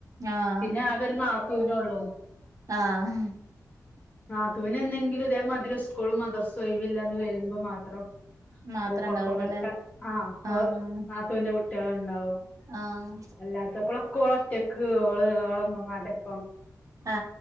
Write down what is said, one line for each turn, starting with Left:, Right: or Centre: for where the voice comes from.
Right: ആഹ്
Left: പിന്നെ ആകെ ഒരു നാത്തൂനൊള്ളു.
Right: ഉം.
Left: നാത്തൂന് എന്നെങ്കിലും ഇതേ മാതിരി സ്കൂളും മദർസും ഒഴിവില്ലെന്ന് വരുമ്പം മാത്രം.
Right: മാത്രേ
Left: ഓ കൊപ്പങ്ങൾക്ക
Right: ഉണ്ടാവുള്ളൂല്ലേ
Left: ആ
Right: ആഹ്
Left: ഓ നാത്തൂന്റെ കുട്ട്യേൾ ഇണ്ടാവും.
Right: ആഹ്.
Left: അല്ലാത്തപ്പളൊക്കെ ഓള് ഒറ്റക്ക്. ഓള് ഓളെ ഇമമ്മാന്റെപ്പം.
Right: ആ